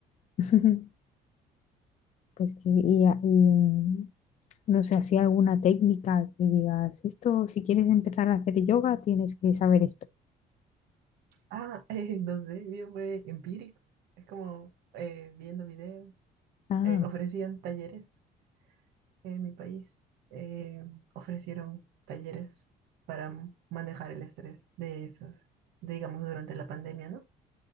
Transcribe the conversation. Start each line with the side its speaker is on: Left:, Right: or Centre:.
Left: <laughs> Pues que, y, y, mm, No sé, así alguna técnica que digas, esto, si quieres empezar a hacer yoga, tienes que saber esto.
Right: Ah, <laughs> eh, no sé, yo fue empírico. Es como eh, viendo videos.
Left: Ah,
Right: eh, ofrecían talleres en mi país eh, ofrecieron talleres para m- manejar el estrés de esas, digamos, durante la pandemia, ¿no?